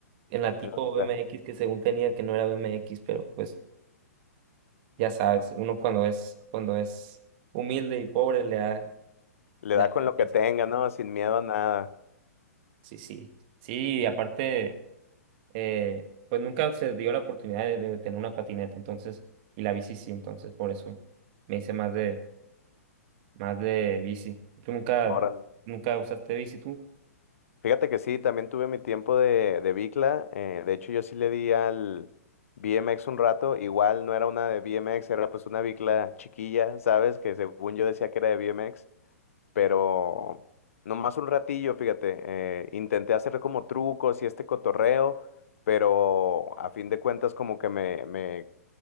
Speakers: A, on the right; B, on the left.
A: en la tipo
B: a la bicicleta.
A: BMX que según tenía que no era BMX, pero pues Ya sabes, uno cuando es, cuando es humilde y pobre le da,
B: Le
A: le
B: da
A: da
B: con lo
A: lo
B: que tenga, ¿no? Sin miedo
A: Sí,
B: a nada.
A: sí. Sí, Sí, y aparte, eh, pues nunca se dio la oportunidad de, de tener una patineta, entonces, y la bici sí, entonces por eso me hice más de, más de bici. Tú nunca,
B: Órale.
A: nunca usaste bici tú.
B: Fíjate que sí, también tuve mi tiempo de, de bicla. eh, de hecho, yo sí le di al B M X un rato. Igual no era una de B M X era pues una bicla chiquilla, ¿sabes? Que según yo decía que era de B M X pero nomás un ratillo, fíjate. eh, intenté hacer como trucos y este cotorreo, pero a fin de cuentas como que me, me